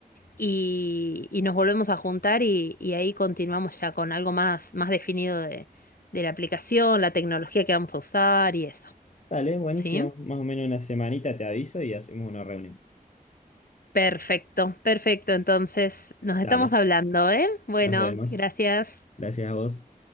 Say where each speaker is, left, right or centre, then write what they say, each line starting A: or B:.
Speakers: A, on the left; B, on the left.
A: y, y nos volvemos a juntar y, y ahí continuamos ya con algo más, más definido de, de la aplicación, la tecnología que vamos a usar y eso,
B: Dale, buenísimo.
A: ¿sí?
B: Más o menos una semanita te aviso y hacemos una reunión.
A: Perfecto, perfecto, entonces nos estamos
B: Dale,
A: hablando, ¿eh? Bueno,
B: nos vemos.
A: gracias.
B: Gracias a vos.